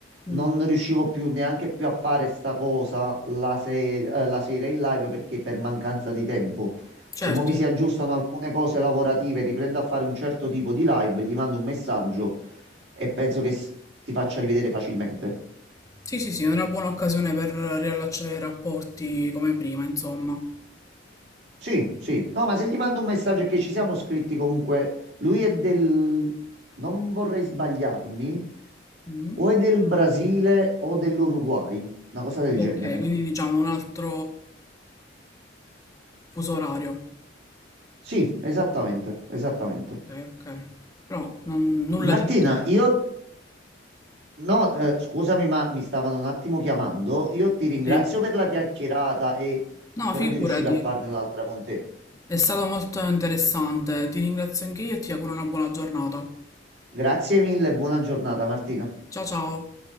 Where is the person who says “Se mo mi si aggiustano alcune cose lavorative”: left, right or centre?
Right